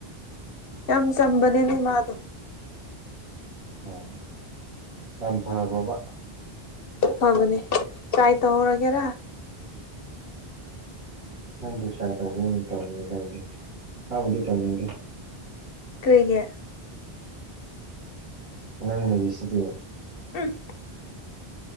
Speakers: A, on the left; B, on the right.
A: ꯌꯥꯝ ꯆꯝꯕꯅꯦ ꯅ ꯃꯥꯗ
B: ꯑꯣ ꯌꯥꯝꯝ ꯊꯔꯕꯕꯥ
A: ꯐꯕꯅꯤ ꯆꯥꯏ ꯇꯍꯔꯒꯦꯔ
B: ꯅꯪꯕꯨ ꯇ꯭ꯔꯥꯏ ꯇꯧꯒꯦ ꯇꯧꯅꯤꯡꯉꯗꯏꯗ ꯃꯥꯕꯨꯗꯤ ꯇꯧꯅꯤꯡꯗꯦ
A: ꯀꯔꯤꯒ
B: ꯅꯪꯅꯦꯕꯤꯁꯤꯗꯤ
A: ꯎꯝ